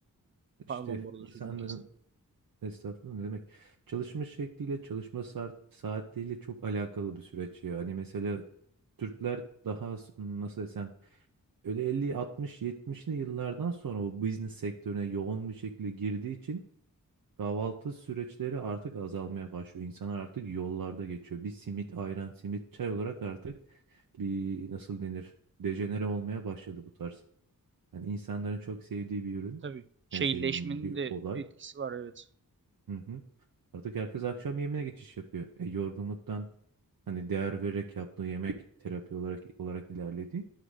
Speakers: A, on the right; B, on the right.
A: Pardon
B: İşte
A: bu arada
B: insanların
A: sözünü kestim.
B: estağfurullah ne demek? Çalışma şekliyle, çalışma saat, saatleriyle çok alakalı bir süreç ya. Hani mesela Türkler daha s- nasıl desem öyle 50, 60, yetmişli yıllardan sonra bu business sektörüne yoğun bir şekilde girdiği için kahvaltı süreçleri artık azalmaya başlıyor. İnsanlar artık yollarda geçiyor. Bir simit, ayran, simit, çay olarak artık bir nasıl denir? Dejenere olmaya başladı bu tarz. Yani insanların çok sevdiği bir ürün.
A: Tabii şehirleşmenin
B: Yani şey bir
A: de
B: olay.
A: etkisi var evet.
B: Hı hı. Artık herkes akşam yemeğine geçiş yapıyor. E, yorgunluktan hani değer vererek yaptığı yemek terapi olarak olarak ilerledi.